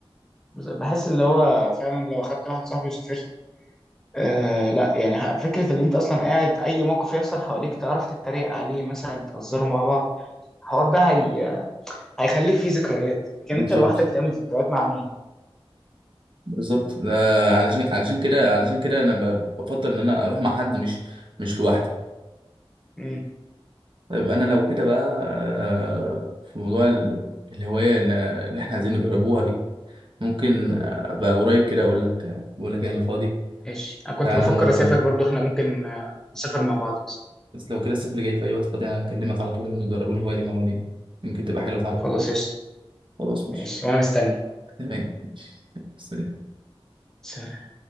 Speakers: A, in the centre; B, on the right (about 55°).
A: بز- بحس اللي هو فعلا لو اخدت واحد صاحبي وسافرت آه لا يعني ه- فكره اللي انت اصلا قاعد اي موقف يحصل حواليك تعرف تتريق عليه مثلا تهزروا مع بعض الحوار ده هي هيخلي فيه ذكريات لكن
B: بالظبط
A: انت لوحدك تعمل ذكريات مع مين
B: بالظبط ده علشان علشان كده علشان كده انا ب- بفضل ان انا اروح مع حد مش مش لوحدي
A: امم
B: طيب انا لو كده بقى آه، في موضوع ال- الهوايه اللي اللي احنا عايزين نجربوها دي ممكن ابقى قريب كده اقول لك بقول لك إيه، انا فاضي
A: ماشي انا كنت
B: تعالى
A: بفكر
B: نجربه
A: اسافر برضو احنا ممكن آه، نسافر مع بعض بس
B: بس لو كده الصيف اللي جاي في اي وقت فاضي هكلمك على طول نجربوا الهوايه دي مع بعضين يمكن تبقى حلوه فعلا
A: خلاص يس
B: خلاص ماشي
A: ماشي وانا مستني
B: تمام سلام
A: سلام